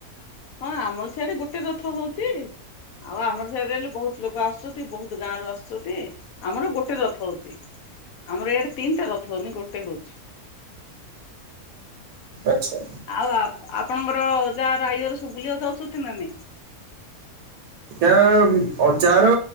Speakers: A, on the left (about 70°); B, on the right (about 80°).
A: ହଁ ଆମ ସିଆରେ ଗୋଟେ ରଥ ହଉଛି। ଆଉ ଆମର ସିଆଡେ ରହିଲେ ବହୁତ ଲୋକ ଆସୁଛନ୍ତି ବହୁତ ଗାଁ ରୁ ଆସୁଛନ୍ତି ଆମର ଗୋଟେ ରଥ ହଉଛି ଆମର ଏଇଆଡେ ତିନିଟା ରଥ ହଉନି ଗୋଟେ ହଉଚି।
B: ଆଛା।
A: ଆଉ ଆପଣଙ୍କର ଅଜା ଘର ଆଈ ଘର ସବୁ ବୁଲିବାକୁ ଯାଉଛନ୍ତି ନା ନାଇଁ।
B: ଆ ଅଜାର